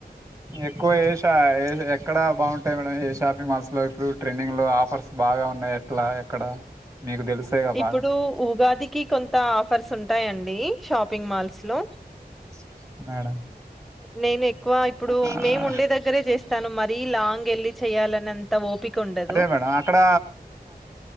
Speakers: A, on the right (about 20°); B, in the centre.
A: ఎక్కువ ఏ ష ఏ ఎక్కడ బాగుంటాయి మేడం ఏ షాపింగ్ మాల్ లో ఇప్పుడు ట్రెండింగ్ లో ఆఫర్స్ బాగా ఉన్నాయి ఎట్లా ఎక్కడ. మీకు తెలిసేగా
B: ఇప్పుడు
A: బాగా
B: ఉగాదికి కొంత ఆఫర్స్ ఉంటాయండి షాపింగ్ మాల్స్ లో
A: లో మేడం
B: నేనే ఎక్కువ ఇప్పుడు
A: ఆ
B: మేము ఉండే దగ్గరే చేస్తాను మరీ లాంగ్ వెళ్ళి చేయాలనంత ఓపిక ఉండదు
A: అదే మేడం అక్కడ